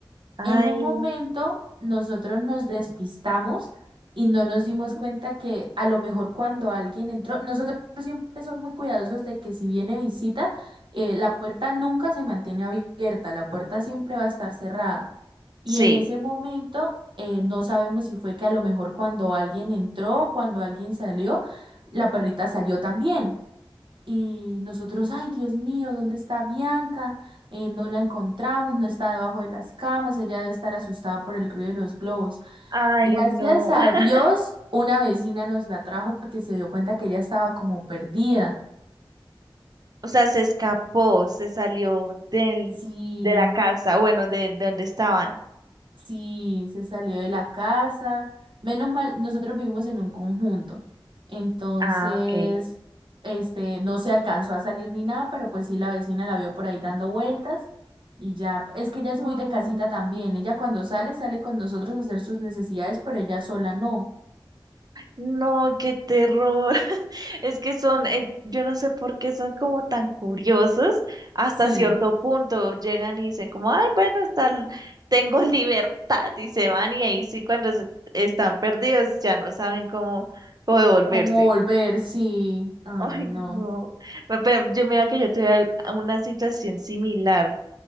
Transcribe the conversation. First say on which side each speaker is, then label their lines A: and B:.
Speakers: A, on the right; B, on the right.
A: Ay,
B: En un momento nosotros nos despistamos y no nos
A: ujú,
B: dimos cuenta que a lo mejor cuando alguien entró, nosotros siempre somos muy cuidadosos de que si viene visita, eh, la puerta nunca se mantiene abierta, la puerta siempre va a estar cerrada. Y
A: sí.
B: en ese momento eh, no sabemos si fue que a lo mejor cuando alguien entró, cuando alguien salió, la perrita salió también. Y nosotros, ay, Dios mío, ¿dónde está Bianca? Eh, no la encontramos, no está debajo de las camas, ella debe estar asustada por el ruido de los globos.
A: Ay,
B: Gracias
A: no.
B: a
A: <laughs>
B: Dios, una vecina nos la trajo porque se dio cuenta que ella estaba como perdida.
A: O sea, se escapó, se salió del,
B: Sí,
A: de la casa, bueno, de, de donde estaban.
B: Sí, se salió de la casa. Menos mal, nosotros vivimos en un conjunto. Entonces,
A: Ah, ok.
B: este, no se alcanzó a salir ni nada, pero pues sí, la vecina la vio por ahí dando vueltas y ya, es que ella es
A: Mm,
B: muy de casita también. Ella cuando sale, sale con nosotros a hacer sus necesidades, pero ella sola no.
A: No, qué terror. <laughs> Es que son, eh, yo no sé por qué son como tan curiosos hasta
B: Sí,
A: cierto punto. Llegan y dicen como, ay, bueno, está, l- tengo <laughs> libertad y se van y ahí sí cuando se- están perdidos ya no saben cómo, cómo devolverse.
B: como volver, sí.
A: <laughs>
B: Ay,
A: Ay,
B: no.
A: no. Pe- Pero yo mira que yo tuve al- una situación similar